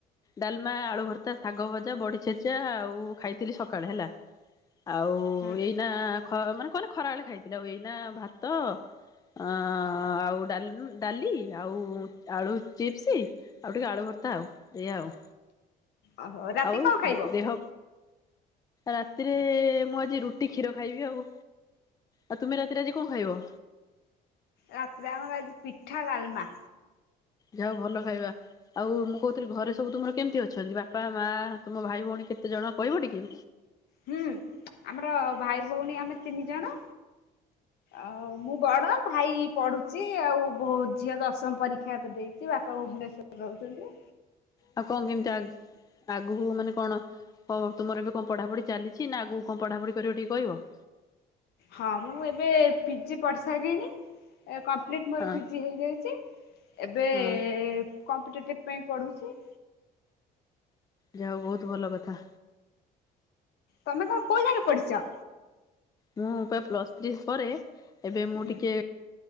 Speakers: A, on the left; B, on the left.
A: ଡ଼ାଲେମା ଆଳୁ ଭର୍ତ୍ତା, ଶାଗ ଭଜା, ବଢି ଛେଚା ଆଉ ଖାଇଥିଲି ସକାଳେ ହେଲା। ଆଉ
B: ହୁଁ।
A: ଏଇନା ଖ ମାନେ କଣ ଖରା ବେଳେ ଖାଇଥିଲ ଆଉ ଏଇନା ଭାତ ଆ ଆଉ ଡା ଡ଼ାଲି ଆଉ ଆଳୁ ଚିପ୍ସ ଆଉ ଟିକେ ଆଳୁ ଭର୍ତ୍ତା ଆଉ ଏଇଆ ଆଉ।
B: ଓହୋ ରାତି
A: ଆଉ
B: କଣ ଖାଇବ?
A: ଦେହ ରାତିରେ ମୁଁ ଆଜି ରୁଟି କ୍ଷୀର ଖାଇବି ଆଉ ଆଉ ତୁମେ ରାତିରେ ଆଜି କଣ ଖାଇବ?
B: ରାତିରେ ଆମର ଆଜି ପିଠା ଡ଼ାଲମା।
A: ଯାହା ହଉ ଭଲ ଖାଇବା। ଆଉ ମୁଁ କହୁଥିଲି ଘରେ ସବୁ ତୁମର କେମିତି ଅଛନ୍ତି ବାପା, ମା ତୁମ ଭାଇ ଭଉଣୀ କେତେ ଜଣ କହିବ ଟିକେ?
B: ହୁଁ ଆମର ଭାଇ ଭଉଣୀ ଆମେ ତିନି ଜଣ। ଆଉ ମୁଁ ବଡ଼ ଭାଇ ପଢୁ ସି ଆଉ ଝିଅ ଦଶମ ପରୀକ୍ଷା ଏବେ ଦେଇଚି ବାପା ଭୁବନେଶ୍ଵରରେ ରହୁଚନ୍ତି।
A: ଆଉ କନ୍ କେମିତି ଆଗ୍ ଆଗକୁ ମାନେ କଣ କ ତୁମର ଏବେ କଣ ପଢାପଢି ଚାଲିଚି ନା ଆଗକୁ କଣ ପଢାପଢି କରିବ ଟିକେ କହିବ?
B: ହଁ ମୁଁ ଏବେ ପିଜି ପଢ଼ିସାଇଲିିନି। ଏବେ କମ୍ପ୍ଲିଟ୍ ମୋର
A: ହଁ
B: ପିଜି ହେଇଯାଇଛି ଏବେ।
A: ହଁ
B: କମ୍ପିଟେଟିଭ୍ ପାଇଁ ପଢ଼ୁଛି।
A: ଯାହା ହଉ ବହୁତ ଭଲ କଥା।
B: ତମେ କଁ କୋଉ ଜାଙ୍କେ ପଢିଚ।
A: ମୁଁ ବା ପ୍ଲସ ଥ୍ରି ପରେ ଏବେ ମୁଁ
B: ହୁଁ
A: ଟିକେ